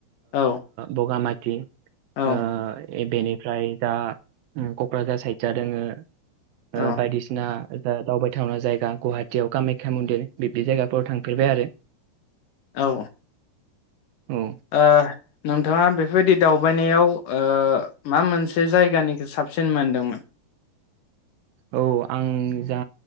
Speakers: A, on the left; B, on the right.
A: औ
B: बगामाथि बि
A: औ
B: आ ए बेनो ओमफ्राय दा क'क्राझार साइद जा दोङो
A: औ
B: ओह बायदिसिना ओ दावबायथावना जायगा गुवाहाटियाव कामाख्या मन्दिर बिब्दि जायगाफोराव थांफेरबाय आरो
A: औ
B: औ
A: ओह नोंथाङा बेफोरबायदि दावबायनायाव ओ मा मोनसे जायगानिखौ साबसिन मोनदोंमोन
B: औ आं जा